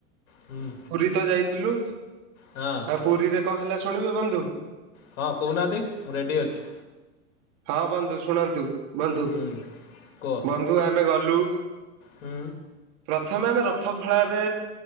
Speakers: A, on the left (about 70°); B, on the right (about 45°).
A: ହୁଁ
B: ପୁରୀ ତ ଯାଇଥିଲୁ।
A: ହଁ
B: ଆଉ ପୁରୀରେ କଣ ହେଲା ଶୁଣିବେ ବନ୍ଧୁ?
A: ହଁ କହୁନାହାନ୍ତି ମୁଁ ରେଡ଼ି ଅଛି।
B: ହଁ ବନ୍ଧୁ ଶୁଣନ୍ତୁ ବନ୍ଧୁ।
A: ହୁଁ କୁହ।
B: ବନ୍ଧୁ ଆମେ ଗଲୁ
A: ହୁଁ।
B: ପ୍ରଥମେ ଆମେ ରଥ ଖଳାରେ